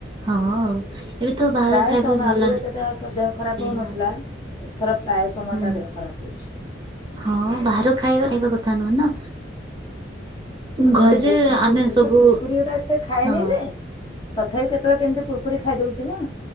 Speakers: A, on the right; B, on the left.
A: ହଁ ଆଉ। ଏବେ ତ ବାହାର
B: ପ୍ରାୟ
A: ଖାଇବା
B: ସମୟ
A: ବି ଭଲ
B: ଆଗରୁ ଏତେ ତାଖ ଦେହ ଖରାପ
A: ନାହିଁ
B: ହଉ ନଥିଲା
A: ନା।
B: ଏଥର ପ୍ରାୟ ସମୟ
A: ହୁଁ
B: ତା ଦେହ ଖରାପ ହଉଛି।
A: ହଁ ବାହାର ଖାଇବା ଖାଇବା କଥା ନୁହଁ ନା।
B: ହୁଁ
A: ଘରେ ଯେ
B: ବେଶୀ
A: ଆମେ
B: କୁୁରକୁରି
A: ସବୁ
B: ସେ କୁୁରକୁରି ଗୁଡା ଏତେ ଖାଏନେଇ
A: ହଁ
B: ଯେ। ତଥାପି କେତେବେଳେ କେମିତି କୁୁରକୁରି ଖାଇଦଉଛି ନା।